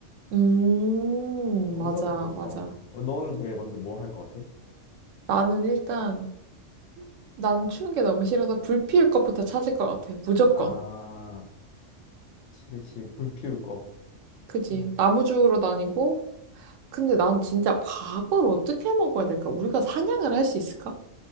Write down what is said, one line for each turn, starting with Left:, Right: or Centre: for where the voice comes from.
Right: 응. 음,
Left: 아, 우선
Right: 맞아,
Left: 그래서
Right: 맞아.
Left: 어. 어, 너는 제일 먼저 뭐 할 것 같아?
Right: 나는 일단, 나는 추운 게 너무 싫어서 불 피울 것부터 찾을 것 같아. 무조건.
Left: 아, 그치 그치 불 피울 거.
Right: 그지.
Left: 아,
Right: 나무주우러 다니고, 근데 난 진짜 밥을 어떻게 먹어야 될까? 우리가 사냥을 할 수 있을까?